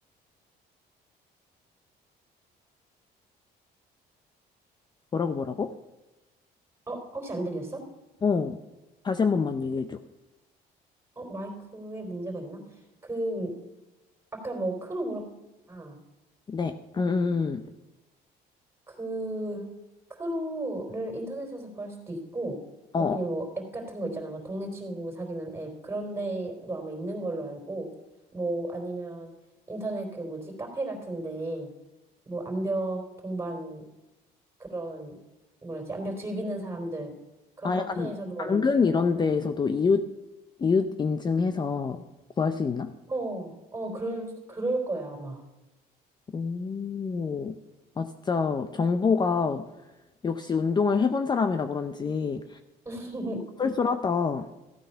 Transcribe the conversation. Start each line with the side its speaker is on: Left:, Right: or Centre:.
Left: 뭐라고 뭐라고?
Right: 어, 혹시 안 들렸어?
Left: 어. 다시 한 번만 얘기해 줘.
Right: 어, 마이크에 문제가 있나? 그, 아까 뭐 크루 물어봤잖아.
Left: 네. 음. 음,
Right: 그, 크루를 인터넷에서 구할 수도 있고, 뭐
Left: 음. 어.
Right: 그냥 뭐 앱 같은 거 있잖아. 막 동네 친구 사귀는 앱. 그런 데도 아마 있는 걸로 알고, 뭐 아니면 인터넷 그 뭐지? 카페 같은 데, 뭐 암벽 동반 그런 뭐지 암벽 즐기는 사람들 그런
Left: 아
Right: 카페에서도
Left: 약간 당근
Right: 아마
Left: 이런 데에서도 이웃 이웃 인증해서 구할 수 있나?
Right: 어, 어, 그럴, 그럴 거야, 아마.
Left: 오, 아, 진짜 정보가 역시 운동을 해본 사람이라 그런지
Right: <laughs>
Left: 쏠쏠하다.